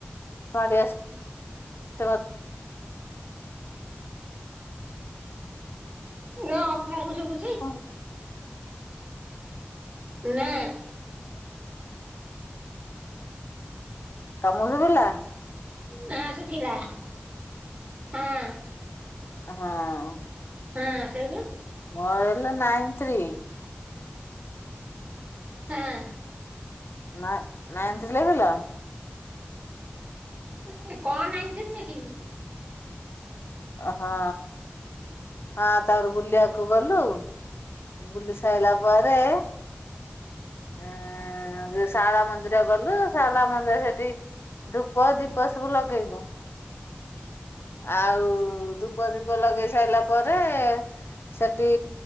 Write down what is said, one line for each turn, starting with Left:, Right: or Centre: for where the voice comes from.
Left: ମାଡି ଆସ ତ ମୋତ
Right: ଁ <inaudible> ହଁ <unintelligible> ଶୁଭୁଚି।
Left: ଆଉ
Right: ନା।
Left: <inaudible> ତମକୁ ଶୁବିଲା।
Right: ହଁ, ସୁଗିରା ହଁ।
Left: ହଁ।
Right: ହଁ, ସେଇଠୁ
Left: ମୋର ହେଲା ନାଇନ ଥ୍ରୀ।
Right: ହେଁ।
Left: <unintelligible>
Right: <unintelligible>
Left: ଓ ହଁ, ହଁ ତାପରେ ବୁଲିବାକୁ ଗଲୁ ବୁଲି ସାରିଲା ପରେ ଆଁ ଯୋ ଶାରଳା ମନ୍ଦିର ଗଲୁ ଶାରଳା ମନ୍ଦିର ସେଠି ଧୂପ, ଦୀପ ସବୁ ଲଗେଇବ। ଆଉ ଧୂପ ଦୀପ ଲଗେଇ ସାଇଲା ପରେ ସେଠି